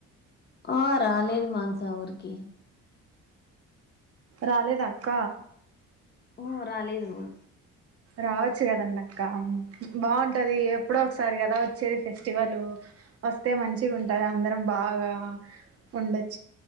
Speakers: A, on the left; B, on the right.
A: ఆ రాలేదు మాంసా ఊరికి
B: రాలేదు అక్క
A: ఓ అ రాలేదు మ
B: రావచ్చు కదండి అక్క బాగుంటది ఎప్పుడో ఒకసారి కదా వచ్చేది ఫెస్టివల్ వస్తే మంచిగా ఉంటారు అందరం బాగా ఉండొచ్చు